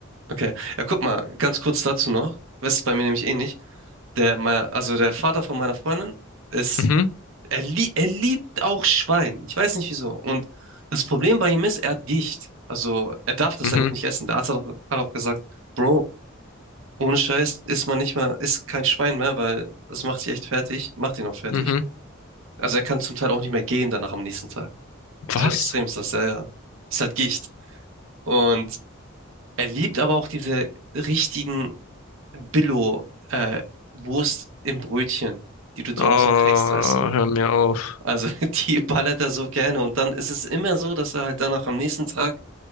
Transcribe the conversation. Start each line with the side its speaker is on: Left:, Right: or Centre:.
Right: Okay. Ja, guck mal, ganz kurz dazu noch. Das ist bei mir nämlich ähnlich. Der, mein, also der Vater von meiner Freundin ist,
Left: Mhm,
Right: er, lie er liebt auch Schwein. Ich weiß nicht wieso. Und das Problem bei ihm ist, er hat Gicht. Also er darf das
Left: mhm,
Right: eigentlich nicht essen. Der Arzt hat auch, hat auch gesagt, Bro, ohne Scheiß isst man nicht mal, isst kein Schwein mehr, weil das macht dich echt fertig, macht ihn auch fertig.
Left: mhm.
Right: Also er kann zum Teil auch nicht mehr gehen danach am nächsten Tag.
Left: Was?
Right: So extrem ist das, ja, ja. Ist halt Gicht. Und er liebt aber auch diese richtigen Billo, äh, Wurst im Brötchen, die du draußen
Left: Oh,
Right: kriegst, weißt du?
Left: hör mir auf.
Right: Also <laughs> die ballert er so gerne. Und dann ist es immer so, dass er halt danach am nächsten Tag